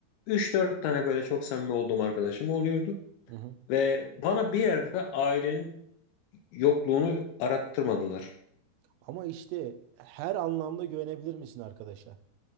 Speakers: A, on the left; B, on the right.
A: Üç dört tane böyle çok samimi olduğum arkadaşım oluyordu.
B: hı hı.
A: Ve bana bir yerde ailenin yokluğunu arattırmadılar.
B: Ama işte her anlamda güvenebilir misin arkadaşa?